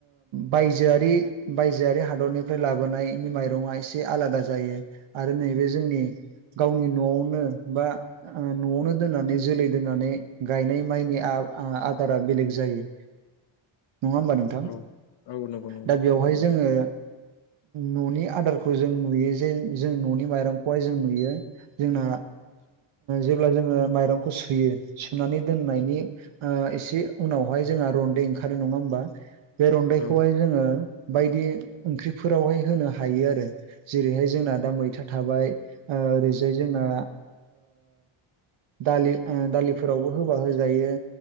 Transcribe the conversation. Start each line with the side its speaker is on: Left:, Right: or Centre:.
Right: बायजोआरि बायजोआरि हादरनिफ्राय लाबोनायनि माइरंआ एसे आलादा जायो आरो नैबे जोंनि गावनि न'आवनो बा न'आवनो दोननानै जोलै दोननानै गायनाय माइनि आदारा बेलेग जायो नङा होमबा नोंथां
Left: औ औ नंगौ नंगौ
Right: दा बेवहाय जोङो न'नि आदारखौ जों नुयो जे जों न'नि माइरंखौहाय जों नुयो जोंना जेब्ला जोङो माइरंखौ सुयो सुनानै दोननायनि एसे उनावहाय जोंहा रनन्दै ओंखारो नङा होमबा बे रन्दैखौहाय
Left: औ
Right: जोङो बायदि ओंख्रिफोरावहाय होनो हायो आरो जेरैहाय जोंना दा मैथा थाबाय ओरैजाय जोंना दालि दालिफोरावबो होबा होजायो